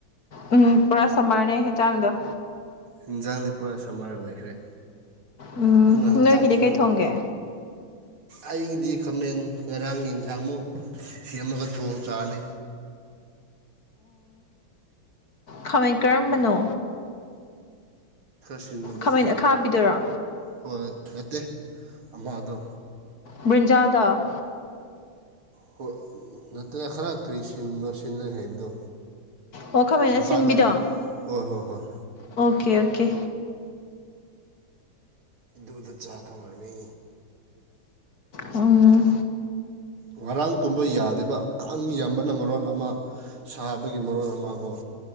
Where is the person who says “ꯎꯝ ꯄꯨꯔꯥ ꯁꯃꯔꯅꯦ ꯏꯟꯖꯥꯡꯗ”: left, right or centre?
Left